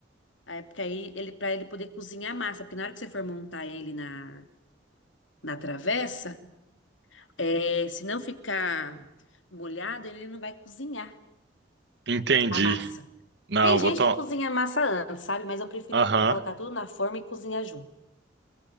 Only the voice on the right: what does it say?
Entendi.
Não,
vou tomar.
Aham.